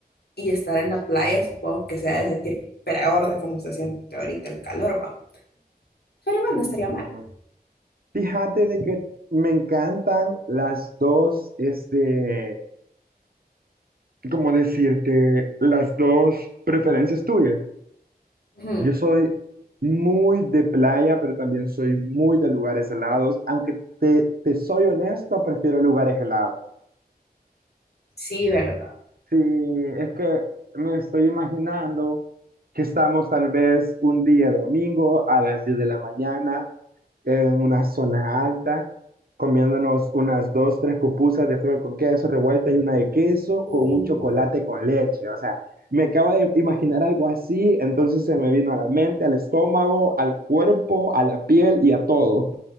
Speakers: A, on the left (about 80°); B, on the right (about 65°).
A: y estar en la playa supongo que se ha de sentir peor de cómo se siente ahorita el calor, va. Pero igual
B: Sí.
A: no estaría mal.
B: Fíjate de que me encantan las dos, este, ¿cómo decirte? Las dos preferencias tuyas.
A: Ujú.
B: Yo soy muy de playa, pero también soy muy de lugares helados. Aunque te, te soy honesto, prefiero lugares helados.
A: Sí, ¿verdad?
B: Sí, es que me estoy imaginando que estamos tal vez un día domingo a las 10 de la mañana en una zona alta, comiéndonos unas dos, tres pupusas de frijol con queso revueltas y una de queso
A: Uh.
B: con un chocolate con leche. O sea, me acabo de imaginar algo así, entonces se me vino a la mente, al estómago, al cuerpo, a la piel y a todo.